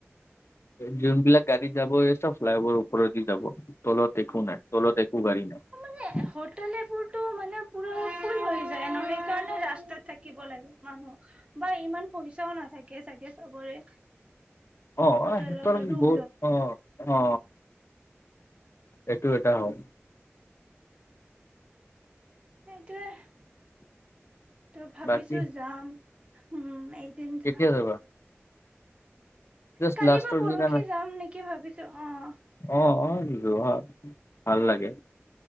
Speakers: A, on the left; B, on the right.
A: যোনবিলাক গাড়ী যাব এ চব ফ্লাই অভাৰ ওপৰে দি যাব তলত একো নাই তলত একো গাড়ী নাই
B: মানে হোটেল এইবোৰতো মানে পুৰা ফুল হৈ যায় ন সেইকাৰণে ৰাস্তাত থাকিব লাগে মানুহ বা ইমান পইচাও নাথাকে তাকে চাগে চবৰে
A: অ
B: হোটেলৰ
A: অ সেইটো
B: ৰুম
A: বহ অ অ এইটো এটা হয়
B: সেইটোৱে ত ভাবিছো
A: বাকী
B: যাম উম এদিন
A: কেতিয়া
B: যাম
A: যাবা? জাষ্ট
B: কালি
A: লাষ্টৰ
B: বা পৰশি
A: দিনা নাই
B: যাম নেকি ভাবিছো অহ
A: অ', অ যোৱা ভাল লাগে।